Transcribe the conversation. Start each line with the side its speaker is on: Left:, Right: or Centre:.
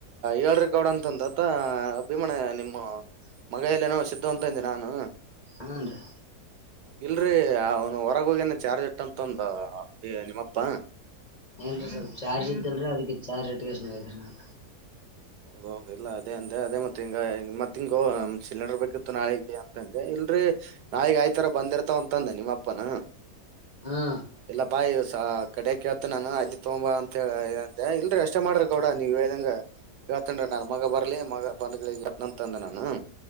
Right: ಹೇಳ್ರಿ ಗೌಡ ಅಂತಂತತ್ತ ಭೀಮಣ ನಿಮ್ಮ ಮಗಯಲ್ಲ ನೋ ಸಿದ್ಧವಂತಂದೆ ನಾನು
Left: ಹನ್ರೀ
Right: ಇಲ್ರರಿ ಅವನು ಹೊರಗ ಹೋಗೇನ ಚಾರ್ಜ್ ಇಟ್ಟಂತ ಅಂತ ನಿಮ್ಮಪ್ಪಾ
Left: ಇಲ್ರೀ ಸ್ವಲ್ಪ ಚಾರ್ಜ್ ಇದ್ದಲ್ರರಿ ಅದಕ್ಕೆ ಚಾರ್ಜ್ ಇಟ್ಟೋತೀನಿ ಅಲ್ರೀ ನಾನ
Right: ಹೌದೌದ ಇಲ್ಲ ಅದೇ ಅಂದೆ ಅದೇ ಮತ್ತೆ ಹಿಂಗ ಮತ್ತ ಹಿಂಗೋ ಸಿಲಿಂಡರ್ ಬೇಕಿತ್ತು ನಾಳಿಗೆ ಅಂತಂದೆ. ಇಲ್ರಿ ನಾಳಗ್ ಆಯ್ತರ ಬಂದಿರ್ತಾವ ಅಂತಂದ ನಿಮ್ಮ ಅಪ್ಪನ
Left: ಹಾ
Right: ಇಲ್ಲ ಪಾಯಿ ಸ ಕಡೆಕ ಹೇಳ್ತೀನಿ ನಾನು ಅಲ್ಲಿ ತಗೊಂದ ಬಾ ಅಂತ ಅಂದೆ ಇಲ್ರಿ ಅಷ್ಟೇ ಮಾಡ್ರ ಗೌಡ ನೀವ್ ಹೇಳ್ದಂಗ. ಹೇಳ್ತೀನಿರಿ ನನ್ ಮಗ ಬರ್ಲಿ ಮಗ ಬಂದಗಿಳೆ ಹೇಳ್ತೀನಿಯಂತ ಅಂದಾನ್ ನಾನು.